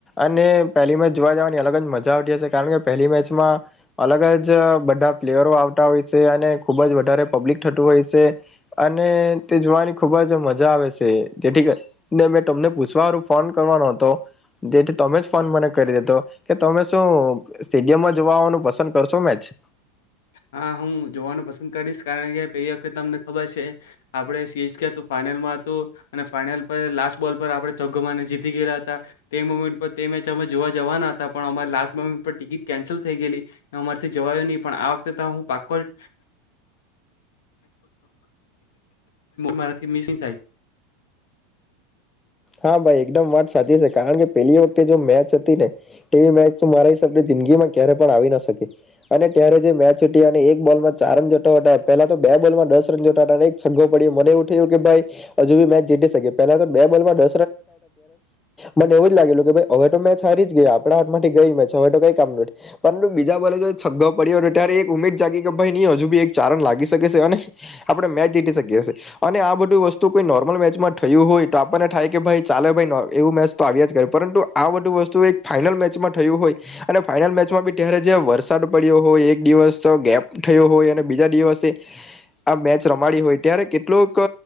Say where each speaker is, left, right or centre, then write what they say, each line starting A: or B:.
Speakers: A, on the left; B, on the left.
A: અને પહેલી મેચ જોવા જવાની અલગ જ મજા આવતી હશે કારણ કે પહેલી મેચમાં અલગ જ બધા પ્લેયરો આવતા હોય છે અને ખુબ જ વધારે પબ્લિક થતું હોય છે અને તે જોવાની ખુબ જ મજા આવે છે જેથીને મે તમને પૂછવા ફોન કરવાનો હતો જેથી તમે જ ફોન મને કરી દેધો કે તમે શું સ્ટેડિયમમાં જોવાવાનું પસંદ કરશો મેચ
B: હા હું જોવાનું પસંદ કરીશ કારણ કે પેલી વખત તમને ખબર છે આપણે સીરીઝ ક હતું ફાાઈનલમાં હતું અને ફાાઈનલ પર લાસ્ટ બોલ પર આપણે ચગ્ગમાને જીતી ગયેલા હતા તે મુમેન્ટ પર તે મેચ અમે જોવા જવાના હતા પણ અમારે લાસ્ટ મોમેન્ટ પર ટિકિટ કેન્સલ થઈ ગયલી અમારેથી જવાયો નહીિ પણ આ તા હું પાકોડ મારાથી મિસ થાય
A: હા ભાઈ એકદમ વાત સાચી છે કારણ કે પેલી વખતે જો મેચ હતી ને તેવી મેચ તો મારા હિસાબની જિંદગીમાં ક્યારે પણ આવી ના શકે અને ત્યારે જે મેચ અને એક બોલમાં ચાર રન જટાટા પેલા તો બે બોલમાં દસ રન જોટાટા એક સઘો પડ્યો મને એવું થયું કે ભાઈ હજુ ભ મેચ જીતી શકે પેલા તો બે બોલ માંસ મને એવું જ લાગેલું કે હવે તો મેચ હારી જ ગયા આપણા હાથ માંથી ગઈ મે હવે કઈ કામ ન પરંતુ બીજા બોલે છગ્ગાવ પડ્યો ત્યારે ઉમેદ જાગી કે ભાઈ ન હજુ બી એક ચાર રન લાગી શકે છે અને આપણે મેચ જીતી શકીએીએ અને આ બધું વસ્તુ કોઈ નોર્મલ મેચમાં થયું હોય તો આપણને થાય કે ભાઈ ચાલે ભાઈ એવું મેચ તો આવ્યા જ કરે પરંતુ આ બધું વસ્તુ એક ફાાઈનલ મેચમાં થયું હોય અને ફાઈનલ મેચમાં બી ત્યારે જ વરસાદ પડ્યો હોય એક દિવસ ગેપ થયો હોય અને બીજા દિવસે આ મેચ રમાડી હોય ત્યારે કેટલોક